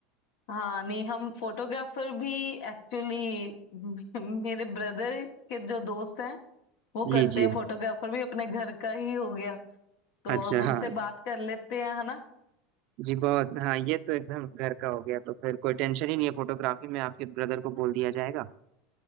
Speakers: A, on the left; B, on the right.
A: हाँ नहीं हम फोटोग्राफर भी एक्चुअली <laughs> मेरे ब्रदर के जो दोस्त हैं वो
B: लीजिए
A: करते हैं फोटोग्राफर भी अपने घर का ही हो गया तो
B: अच्छा
A: हम उनसे
B: हाँ
A: बात कर लेते हैं है ना
B: जी बहुत हाँ ये तो एकदम घर का हो गया तो फिर कोई टेंशन ही नहीं है फोटोग्राफी में आपके ब्रदर को बोल दिया जाएगा